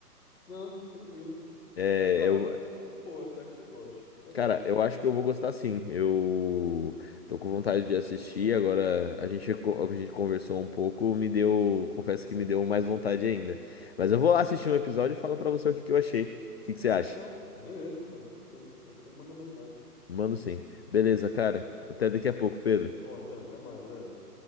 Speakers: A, on the left; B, on the left.
A: Não, tranquilo.
B: É,
A: Cara,
B: eu,
A: ela é muito boa, espero que você goste, de verdade.
B: cara, eu acho que eu vou gostar sim. Eu tô com vontade de assistir. Agora a gente, co- a gente conversou um pouco, me deu, confesso que me deu mais vontade ainda. Mas eu vou lá assistir um episódio e falo pra você o que que eu achei. O que que você acha?
A: Não, beleza, cara, tranquilo. Aí você me manda mensagem.
B: Mando sim. Beleza, cara. Até daqui a pouco, Pedro.
A: Bom, então, até mais, velho.